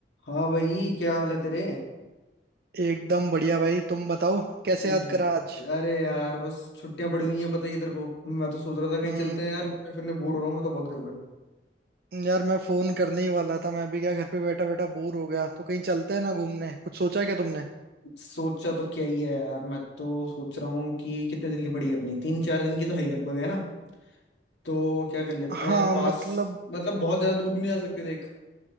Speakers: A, on the left; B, on the right.
A: हाँ भाई क्या हाल है तेरे
B: एकदम बढ़िया भाई तुम बताओ कैसे
A: अरे
B: याद करा आज
A: अरे यार बस छुट्टियां पड़ी हुई हैं पता ही है तेरे को मैं तो सोच रहा था कहीं
B: हम्म
A: चलते हैं यार घूमने फिरने बोर हो रहा हूँ मैं तो बहुत घर पे
B: यार मैं फोन करने ही वाला था मैं भी क्या घर पे बैठा बैठा बोर हो गया तो कहीं चलते हैं ना घूमने कुछ सोचा क्या तुमने
A: सोचा तो क्या ही है यार मैं तो सोच रहा हूँ कि कितने दिन की पड़ी है अपनी तीन चार दिन की तो है ही लगभग है ना तो क्या कर लेते
B: हाँ
A: हैं पास
B: मतलब
A: मतलब बहुत ज्यादा दूर भी नहीं जा सकते देख